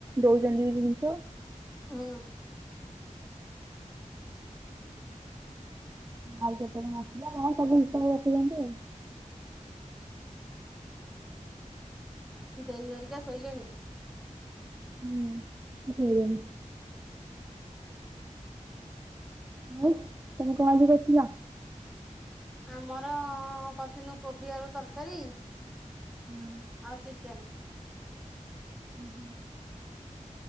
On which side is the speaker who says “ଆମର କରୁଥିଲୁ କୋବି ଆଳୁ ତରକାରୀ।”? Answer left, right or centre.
Centre